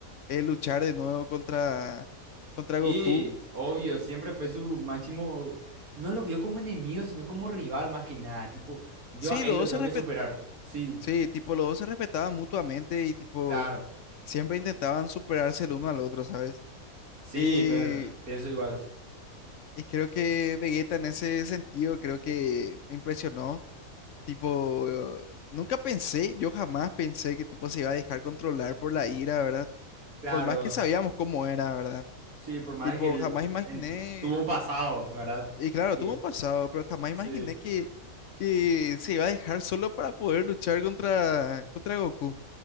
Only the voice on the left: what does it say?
eh, luchar de nuevo contra, contra
Goku.
Sí,
los
dos
se respet-
sí, tipo, los dos se respetaban mutuamente y tipo,
siempre intentaban superarse el uno al otro, ¿sabes?
Eh,
y creo que Vegeta en ese sentido, creo que me impresionó. Tipo, eh, nunca pensé, yo jamás pensé que tipo se iba a dejar controlar por la ira, ¿verdad?
Por más que sabíamos cómo era, ¿verdad?
Tipo,
jamás imaginé
Y claro,
tuvo un pasado, pero jamás
imaginé que, que se iba a dejar solo para poder luchar contra, contra Goku.